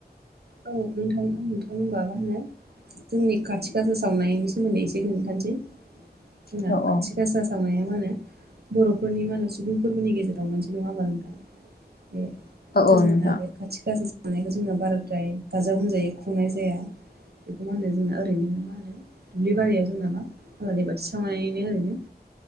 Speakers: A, on the right; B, on the left.
A: औ नोंथां नोंथां होमबा मा होनो जोंनि खाथि गासा सावनायनि सोमोन्दै एसे खोन्थानोसै। जोंना
B: औ
A: खाथि
B: औ
A: गासा मोसावनाया मा होनो बर'फोरनि मा होनो सुबुंफोरबोनि गेजेराव मोनसे नङााबा नोंथां? बे <unintelligible>
B: औ औ नोंथां
A: बे खाथि गाजा सानायखौ जोंना बारा ओमफ्राय गाजा गोमजायै खुंनाय जाया बेखौ मा होनो जोंना ओरैनो मा होनो दुब्लि बारियाव जोंना मा आलारि बाथि सावनानैनो ओरैनो